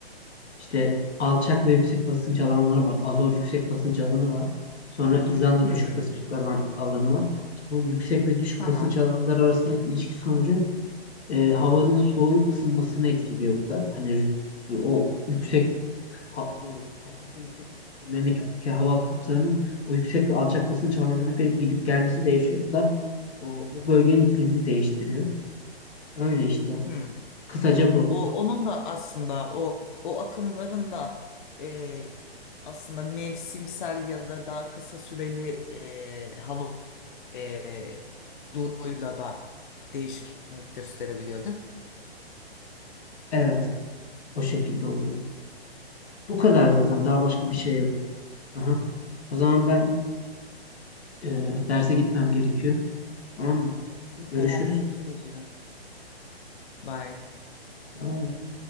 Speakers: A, on the left (about 90°); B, on the left (about 50°).
A: işte alçak ve yüksek basınç alanları var. Azor yüksek basınç alanı var. Sonra İzlanda
B: Hı
A: düşük
B: hı.
A: basınç alan- alanı var. Bu yüksek ve düşük
B: Ha
A: basınç
B: ha.
A: alanları arasındaki ilişki sonucu e, havanın soğuyup ısınmasını etkiliyor bu da. Hani rüt- o yüksek ha- e, atmosfer yüksekliklerindeki hava akımlarının o yüksek ve alçak basınç havalarına göre gidip gelmesi değişiyor. Bu da o, o bölgenin iklimini değiştiriyor. Öyle işte.
B: Hı.
A: Kısaca bu.
B: O onun da aslında o o akımların da e, aslında mevsimsel ya da daha kısa süreli e, hava e, durumuyla da değişkenlik gösterebiliyor, değil
A: Evet, o şekilde oluyor. Bu kadar zaten. Daha başka
B: mi?
A: bir
B: Hı.
A: şey yok. Aha. O zaman ben e, derse gitmem gerekiyor. Tamam mı?
B: İyi
A: Görüşürüz.
B: tamam konuşuruz yine. Bye.
A: Aa.